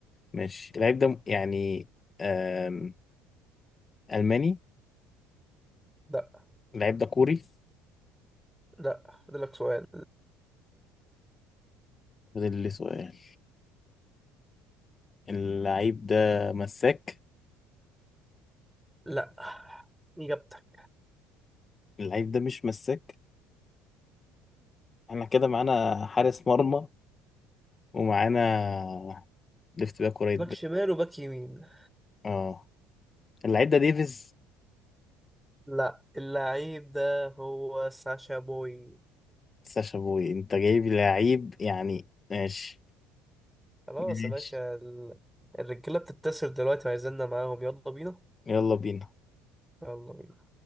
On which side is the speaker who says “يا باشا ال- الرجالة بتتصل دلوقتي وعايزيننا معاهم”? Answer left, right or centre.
Centre